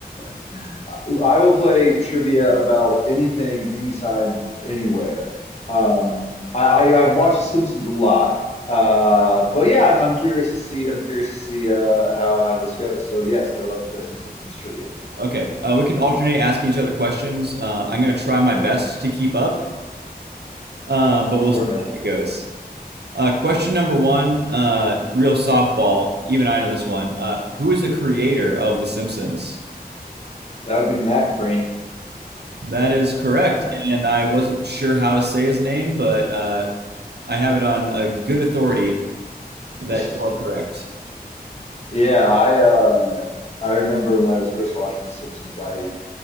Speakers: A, on the left (about 40°); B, on the right (about 85°).
A: <laughs> I will play trivia about anything, anytime, anywhere. Um, I, I I've watched The Simpsons a lot, uh, but yeah, I'm, I'm curious to see. I'm curious to see uh, how how this goes. So yes, I would love to play some Simpsons trivia.
B: Okay, uh, we can alternate asking each other questions. Uh, I'm gonna try my best to keep up, um, but
A: Sure,
B: we'll see
A: man.
B: how it goes. Uh, question number one, uh, real softball. Even I know this one. Uh, who is the creator of The Simpsons?
A: That would be Matt Groening.
B: That is correct,
A: Matt
B: and I
A: Groening.
B: wasn't sure how to say his name, but uh, I have it on a good authority that
A: Yes.
B: you are
A: <laughs>
B: correct.
A: Yeah, I uh, I remember when I was first watching The Simpsons, I